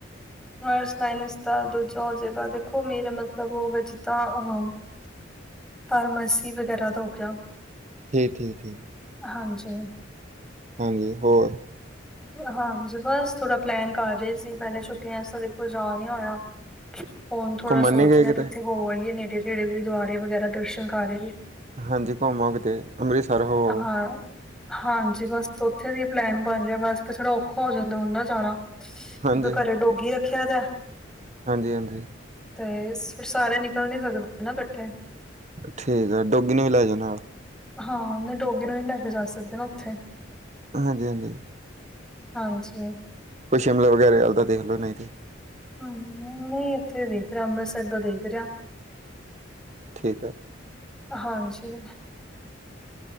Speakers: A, in the centre; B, on the right.
A: ਨਰਸ ਲਾਈਨ ਇੱਚ ਤਾਂ ਦੂਜਾ ਹੋ ਜੇਗਾ, ਦੇਖੋ ਮੇਰਾ ਮਤਲਬ ਉਹਵੇ ਜਿੱਦਾਂ ਅ ਹਮ ਫਾਰਮਾਸੀ ਵਗੈਰਾ ਦਾ ਹੋ ਗਿਆ।
B: ਠੀਕ ਠੀਕ ਠੀਕ,
A: ਹਾਂਜੀ
B: ਹਾਂਜੀ ਹੋਰ
A: ਹਾਂਜੀ ਬਸ ਥੋੜ੍ਹਾ ਪਲੈਨ ਕਰ ਰਹੇ ਸੀ, ਪਹਿਲਾਂ ਛੁੱਟੀਆਂ 'ਚ ਦੇਖੋ ਜਾ ਨੀ ਹੋਇਆ। ਹੁਣ ਥੋੜਾ
B: ਘੁੰਮਣ
A: ਸੋਚ
B: ਨੀ ਗਏ
A: ਰਹੇ
B: ਕਿਤੇ
A: ਕਿੱਥੇ ਹੋ ਆਈਏ ਨੇੜੇ ਤੇੜੇ ਗੁਰਦੁਆਰੇ ਵਗੈਰਾ ਦਰਸ਼ਨ ਕਰ ਆਇਐ।
B: ਹਾਂਜੀ ਘੁੰਮੋ ਕਿਤੇ ਏ, ਅੰਮ੍ਰਿਤਸਰ ਹੋ ਆਯੋ।
A: ਹਾਂ, ਹਾਂਜੀ ਬਸ, ਉੱਥੇ ਦੀ ਪਲੈਨ ਬਣ ਰਿਹਾ ਬਸ ਕਿਸੇ ਵੇਲੇ ਔਖਾ ਹੋ ਜਾਂਦਾ ਹੁਣ ਨਾ ਜਾਣਾ।
B: ਹਾਂਜੀ
A: ਘਰੇ ਡੋਗੀ ਰੱਖਿਆ ਤਾਂ,
B: ਹਾਂਜੀ, ਹਾਂਜੀ
A: ਤੇ, ਫਿਰ ਸਾਰੇ ਨਿਕਲ ਨੀ ਸਕਦੇ ਨਾ ਇਕੱਠੇ
B: ਠੀਕ ਆ ਡੋਗੀ ਨੇ ਵੀ ਲੈ ਜਾਓ ਨਾਲ
A: ਹਾਂ ਡੋਗੀ ਨੂੰ ਹੀ ਨਹੀ ਲੈ ਕੇ ਜਾ ਸਕਦੇ ਨਾ ਉੱਥੇ
B: ਹਾਂਜੀ ਹਾਂਜੀ।
A: ਹਾਂਜੀ
B: ਕੋਈ ਸ਼ਿਮਲਾ ਵਗੈਰਾ ਵਲ ਦਾ ਦੇਖ ਲਓ ਨਹੀਂ ਤਾਂ
A: ਹਮ, ਨਹੀਂ ਇੱਥੇ ਦੇਖ ਰਿਹਾ ਅੰਮ੍ਰਿਤਸਰ ਦਾ ਦੇਖ ਰਿਹਾ
B: ਠੀਕ ਹੈ।
A: ਹਾਂਜੀ ਮੈਂ